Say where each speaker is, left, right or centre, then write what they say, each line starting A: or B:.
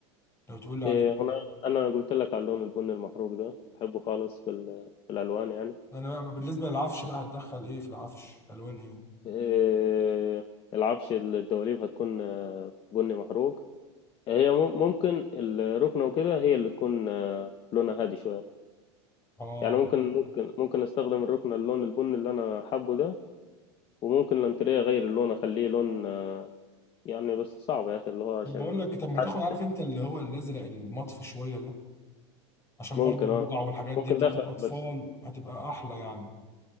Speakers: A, on the left; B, on the left.
A: لو تقول لي
B: إيه،
A: عليه
B: انا انا قلت لك على اللون البني المحروق ده بحبه خالص في ال- في الالوان يعني
A: انا بقى بالنسبه للعفش بقى هتدخل ايه في العفش الوان ايه
B: آه، العفش الدواليب هتكون آه، بني محروق هي مم- ممكن الركنة وكده هي اللي تكون آه، لونها هادي شوية
A: اه
B: يعني ممكن ممكن ممكن استخدم الركنة اللون البني اللي انا حابه ده وممكن الانتريه اغير اللون اخليه لون آه، يعني بس صعب يا اخي اللي هو عشان
A: طب بقول لك طب ما
B: حاسس
A: تاخد عارف انت اللي هو الازرق المطفي شويه ده عشان
B: ممكن
A: برضو البقع
B: اه
A: والحاجات دي
B: ممكن
A: بتاعت
B: داخل
A: الأطفال
B: بس
A: هتبقى أحلى يعني